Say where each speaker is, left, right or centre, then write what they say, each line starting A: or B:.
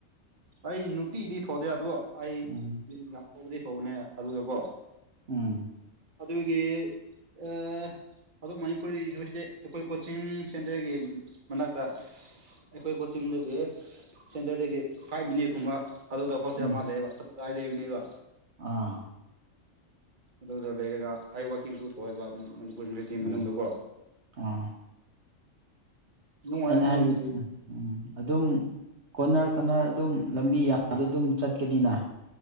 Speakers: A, on the right (about 40°); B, on the right (about 60°).
A: ꯑꯩ ꯅꯨꯡꯇꯤꯗꯤ ꯊꯣꯗꯦ ꯑꯗꯣ ꯑꯩ
B: ꯎꯝ
A: ꯍꯧꯕꯗꯤ ꯍꯧꯕꯅꯦ ꯑꯗꯨꯗ ꯀꯣ
B: ꯎꯝ
A: ꯑꯗꯨꯒꯤ ꯑꯥ ꯑꯗꯣ ꯃꯅꯤꯄꯨꯔꯤꯒꯤ ꯑꯣꯏꯖꯅꯦ ꯑꯩꯈꯣꯏ ꯀꯣꯆꯤꯡ ꯁꯦꯟꯇꯔꯒꯤ ꯃꯅꯥꯛꯇ ꯑꯩꯈꯣꯏ ꯀꯣꯆꯤꯡꯗꯒꯤ ꯁꯦꯟꯇꯔꯗꯒꯤ ꯐꯥꯏꯚ ꯃꯤꯅꯤꯠ ꯀꯨꯝꯕ ꯑꯗꯨꯗ ꯍꯣꯏꯇꯦꯟ
B: ꯎꯝ
A: ꯑꯃ ꯂꯩꯌꯦꯕ ꯀꯥꯂꯦꯟꯅꯤꯕ
B: ꯑꯥ
A: ꯑꯗꯨꯗ ꯂꯩꯔꯒ ꯍꯥꯏ ꯋꯥꯛꯀꯤꯡꯁꯨ ꯊꯣꯏꯑꯕ ꯄꯨꯟꯈ꯭ꯔꯗꯤ
B: ꯎꯝ
A: ꯃꯅꯨꯡꯗꯀꯣ
B: ꯑꯥ
A: ꯅꯨꯡꯉꯥꯏ
B: ꯑꯩꯅ
A: ꯃꯣꯏꯒꯤ
B: ꯍꯥꯏꯕ ꯎꯝ ꯎꯝ ꯑꯗꯨꯝ ꯀꯣꯅꯔ ꯀꯣꯅꯔ ꯑꯗꯨꯝ ꯂꯝꯕꯤ ꯌꯥꯝꯕꯗ ꯑꯗꯨꯝ ꯆꯠꯀꯅꯤꯅ